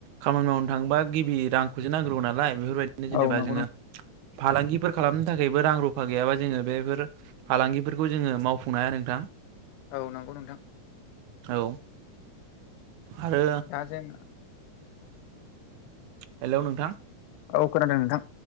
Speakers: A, on the right (about 80°); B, on the left (about 85°).
A: खामानि मावनो थाङोबा गिबि रांखौसो नांग्रोगौ नालाय बेफोरबायदिनो जेनेबा
B: औ नंगौ
A: जोङो
B: नों
A: फालांगिफोर खालामनो थाखायबो रां रुफा गैयाबा जोङो बेफोर फालांगिफोरखौ जोङो मावफुंनो हाया नोंथां।
B: औ नंगौ नोंथां।
A: औ। आरो
B: दा जों
A: हेलौ नोंथां
B: औ खोनादों नोंथां।